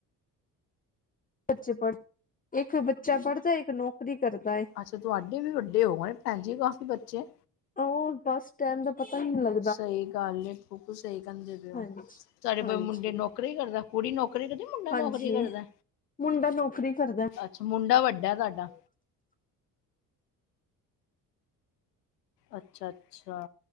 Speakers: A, on the left; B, on the left.
A: ਬੱਚੇ ਪੜ੍ਹ ਇੱਕ ਬੱਚਾ ਪੜ੍ਹਦਾ ਇੱਕ ਨੌਕਰੀ ਕਰਦਾ ਏ।
B: ਅੱਛਾ ਤੁਹਾਡੇ ਵੀ ਵੱਡੇ ਹੋ ਗਏ ਭੈਣ ਜੀ ਕਾਫੀ ਬੱਚੇ
A: ਉਹ ਬੱਸ ਸਟੈਂਦ ਪਤਾ ਹੀ ਨੀ ਦਾ।
B: ਸਹੀ ਗੱਲ ਸਹੀ ਕਹਿੰਦੇ ਪਏ ਹੋ
A: ਹਾਂਜੀ
B: ਤੁਡੇ
A: ਹਾਂਜੀ
B: ਮੁੰਡੇ ਨੌ ਨੌਕਰੀ ਕਰਦਾ ਕੁੜੀ ਨੌਕਰੀ ਕਰ ਮੁੰਡਾ ਨੌਕਰੀ
A: ਹਾਂਜੀ
B: ਕਰਦਾ
A: ਮੁੰਡਾ ਨੌਕਰੀ ਕਰਦਾ
B: ਅੱਛਾ ਮੁੰਡਾ ਵੱਡਾ ਤੁਹਾਡਾ। ਅੱਛਾ-ਅੱਛਾ